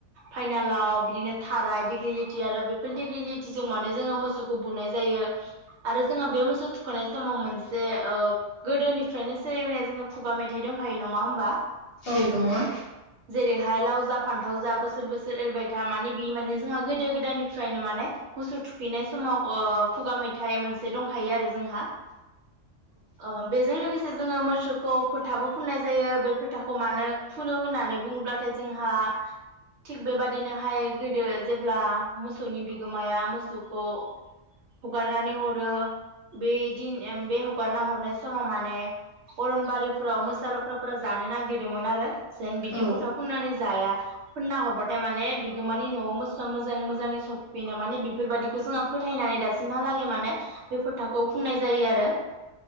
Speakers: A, on the right (about 65°); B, on the left (about 60°).
A: फाइनालाव बिदिनो थाराय दिग्लिथि आरो बेफोर दिग्लिलिटिजों मानो जोङो मोसौखौ बुनाय जायो आरो जोंहा बे मोसौ थुखांनाय समाव मोनसे ओ गोदोनिफ्रायनो सोलिबोननाय जोंहा खुगा मेथाइ दंखायो नङा होमबा।
B: औ दङो।
A: जेरैहाय लाव जा फान्थाव जा बोसोर बोसोर एरबाय था माने बि माने जोंहा गोदो गोदायनि फ्रायनो माने मोसौ थुखैनाय समाव ओ खुगा मेथाइ मोनसे दंखायो आरो जोंहा। ओ बेजों लोगोसे जोङो मोसौखौ फोथाबो फुननाय जायो बे फोथाखौ मानो फुनो होननानै बुङोब्लाथाय जोंहा, थिग बेबादिनोहाय गोदो जेब्ला मोसौनि बिगोमाया मोसौखौ, हगारनानै हरो बेदिन बे हगारना हरनाय समाव माने अरनबारिफोराव मोसा लख्राफोरा जानो नागिरोमोन आरो जेन बिदि
B: औ
A: फथा फुननानै जाया फुनना हरबाथाय माने बिगोमानि न'आव मोसौ मोज मोजाङै सफैनो माने बेफोरबायादिखौ जोंहा फोथायनानै दासिमहालागै माने बे फोथाखौ फुननाय जायो आरो।